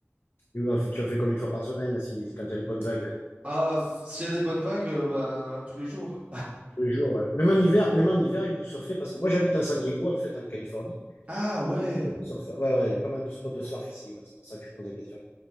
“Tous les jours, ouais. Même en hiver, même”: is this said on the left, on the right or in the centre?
Left